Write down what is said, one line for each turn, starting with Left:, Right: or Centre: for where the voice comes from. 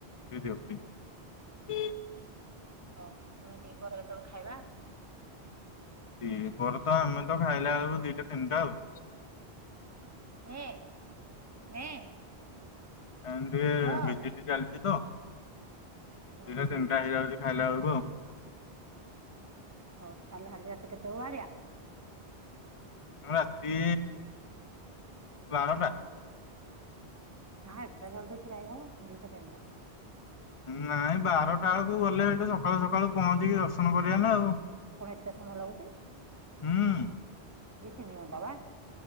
Left: ପି ଦିଅ, ପି ଦିଅ।
Right: ହଉ। ପୁଣି ଦି ପହରେ କେତେବେଳେ ଖାଇବା?
Left: ଦି ପହରେ, ତ ଆମେ ତ, ଖାଇଲା ବେଳକୁ ଦିଟା, ତିନିଟା ଆଉ।
Right: ନେ ନେ
Left: ଏନ୍ ଟିକେ
Right: ପୁଅ
Left: ଭିଜିଟ ଚାଲିଛି ତ ଦିଟା
Right: ହୁଁ ହୁଁ
Left: ତିନିଟା ହେଇଯାଉଛି ଖାଇଲା ବେଳକୁ ଆଉ।
Right: ହଉ ତାହେଲେ <unintelligible> କେତେବେଳକୁ ବାହାରିଆ?
Left: ମୁଁ ରାତି ବାରଟା।
Right: ନାଁ ଏତେ ଜଲଦି କି ଯାଇ ହବ? ଦିଟା ତିନିଟା ହବ।
Left: ନାଇଁ ବାରଟା ବେଳକୁ ଗଲେ ସେଠି ସକାଳୁ ସକାଳୁ ପହଞ୍ଚିକି ଦର୍ଶନ କରିବା ନା ଆଉ।
Right: କଣ ଏତେ ସମୟ ଲାଗୁଛି?
Left: ହୁଁ।
Right: ଦି ତିିନି ଘଣ୍ଟା ବା।